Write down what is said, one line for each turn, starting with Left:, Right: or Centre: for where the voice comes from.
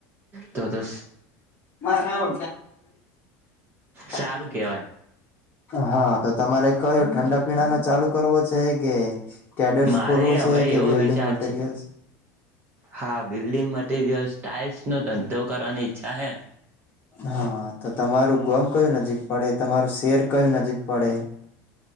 Right: તો તો
Left: હા <unintelligible>
Right: સારું કેહેવાય
Left: હા, તો તમારે કયો ઠંડા પીણા નો ચાલુ કરવો છે, કે કેડટસ
Right: મારે
Left: ખોલવો
Right: હવે
Left: છે, કે
Right: એવો
Left: વેલ્ડંગ
Right: વિચાર
Left: મટીરિયલ્સ
Right: છે હા, બિલ્ડિંગ મટિરિયલ્સ ટાઇલ્સનો ધંધો કરવાની ઈચ્છા હે
Left: હા તો તમારું ગોમ કયું નજીક પડે તમારું શેર કયું નજીક પડે